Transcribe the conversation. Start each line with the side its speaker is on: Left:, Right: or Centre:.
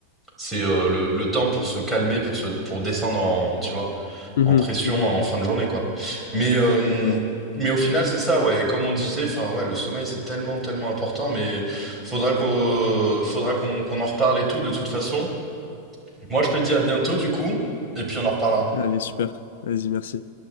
Centre: C'est euh, le, le temps pour se calmer, pour se, pour descendre en, tu vois,
Left: Mhm.
Centre: en pression
Left: Mhm. Mhm.
Centre: en fin de journée, quoi. Mais, euh,
Left: Voilà.
Centre: mais au final, c'est ça, ouais. Et Comme on disait, enfin, ouais, le sommeil, c'est tellement, tellement important, mais faudra qu'on, faudra qu'on qu'on en reparle et tout, de toute façon. Moi, je te dis à bientôt, du coup, et puis on en reparlera.
Left: Allez, super. Vas-y, merci.